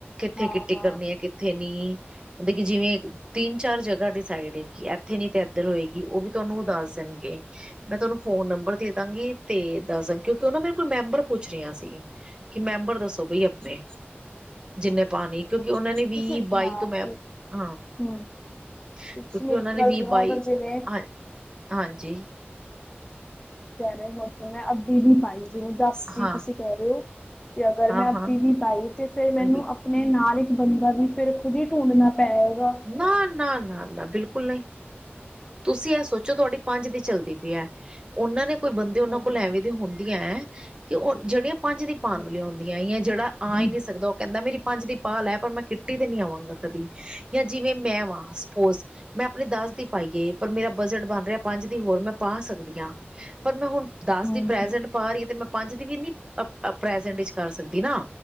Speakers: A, on the right (about 20°); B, on the left (about 20°).
A: ਕਿੱਥੇ
B: ਹਾਂ
A: ਕਿੱਟੀ
B: ਹਾਂ
A: ਕਰਨੀ ਐ ਕਿੱਥੇ ਨੀ, ਮਤਲਬ ਕਿ ਜਿਵੇਂ ਤਿੰਨ-ਚਾਰ ਜਗਾ ਡਿਸਾਈਡ ਏ ਕਿ ਐਥੇ ਨੀ ਤੇ ਐਧਰ ਹੋਏਗੀ, ਓਹ ਵੀ ਤੁਆਨੂੰ ਦੱਸ ਦੇਣਗੇ। ਮੈਂ ਤੁਆਨੂੰ ਫੋਨ ਨੰ ਮਬਰ ਦੇ ਦਾਂਗੀ, ਤੇ ਦੱਸ ਕਿਉਂਕਿ ਓਨਾਂ ਮੇਰੇ ਕੋਲ ਮੈਂਬਰ ਪੁੱਛ ਰੇਆ ਸੀ ਕਿ ਮੈਂਬਰ ਦੱਸੋ ਤੋਂ ਬਈ ਆਪਣੇ,
B: ਅੱਛਾ ਅੱਛਾ
A: ਜਿੰਨੇ ਪਾਨੀ ਕਿਉਂਕਿ
B: ਅੱਛਾ
A: ਉਨਾਂ
B: ਅੱਛਾ
A: ਨੇ ਵੀਹ-ਬਾਈ
B: ਤੁਸੀਂ ਹਾਂ
A: ਤੋਂ ਮੈਂ,
B: ਤੇ
A: ਹਾਂ
B: ਹਮ
A: ਕਿਉਂਕਿ
B: ਤੁਸੀਂ ਮੇਰੀ
A: ਉਹਨਾਂ ਨੇ
B: ਗੱਲ
A: ਵੀਹ-ਬਾਈ,
B: ਸੁਣੋ ਅਗਰ ਜਿਵੇਂ
A: ਹਾਂਜੀ-ਹਾਂਜੀ।
B: ਚਿਹਰੇ ਤੋਂ ਮੈਂ ਅੱਧੀ ਵੀ ਪਾਈ। ਜਿਵੇਂ ਦੱਸ ਦੀ
A: ਹਾਂ
B: ਤੁਸੀਂ ਕਹਿ ਰਹੇ ਓ ਕਿ ਅਗਰ
A: ਹਾਂ
B: ਮੈਂ ਅਦੀ
A: ਹਾਂ
B: ਵੀ ਪਾਈ ਤੇ ਫੇਰ ਮੈਨੂੰ
A: ਬਿਲਕੁਲ
B: ਆਪ ਆਪਣੇ ਨਾਲ ਇੱਕ ਬੰਦਾ ਵੀ ਫੇਰ ਖੁਦ ਹੀ ਢੂੰਡਣਾ ਪੈਏਗਾ।
A: ਨਾ, ਨਾ, ਨਾ, ਨਾ ਬਿਲਕੁਲ ਨਈ। ਤੁਸੀਂ ਇਹ ਸੋਚੋ ਤੁਹਾਡੀ ਪੰਜ ਦੀ ਚੱਲਦੀ ਪਈ ਏ। ਉਹਨਾਂ ਨੇ ਕੋਈ ਬੰਦੇ ਉਹਨਾਂ
B: ਹੂੰ ਹੂੰ
A: ਕੋਲ ਐਵੇਂ
B: ਹੂੰ
A: ਦੀ ਹੁੰਦੀਆਂ ਹੈ, ਕਿ ਓਹ ਜਿਹੜੇ ਪੰਜ ਦੀ ਪਾਣ
B: ਹੂੰ
A: ਵਾਲੀ ਹੁੰਦੀਆਂ ਹੈ, ਜਿਹੜਾ ਆ
B: ਹੂੰ
A: ਹੀ ਨਹੀਂ ਸਕਦਾ ਓਹ ਕਹਿੰਦਾ ਮੇਰੀ ਪੰਜ ਦੀ ਪਾ ਲੈ ਪਰ ਮੈਂ ਕਿੱਟੀ ਤੇ ਨੀ ਆਵਾਂਗਾ ਕਦੀ, ਜਾਂ ਜਿਵੇਂ ਮੈਂ ਵਾਂ ਸਪੋਜ ਮੈਂ ਆਪਣੀ ਦੱਸ ਦੀ ਪਾਈਏ ਪਰ ਮੇਰਾ ਬਜਟ ਬਣ ਰਿਹਾ ਪੰਜ ਦੀ ਹੋਰ ਮੈਂ ਪਾ ਸਕਦੀ ਆ, ਪਰ ਮੈਂ ਹੁਣ ਦਸ
B: ਹੂੰ ਹੂੰ
A: ਦੀ ਪ੍ਰਜੈਂਟ ਪਾ ਰਹੀ ਆ, ਤੇ ਮੈਂ ਪੰਜ ਦੀ ਵੀ ਨੀ ਪ੍ਰਜੈਂਟ ਵਿੱਚ ਕਰ ਸਕਦੀ ਨਾ।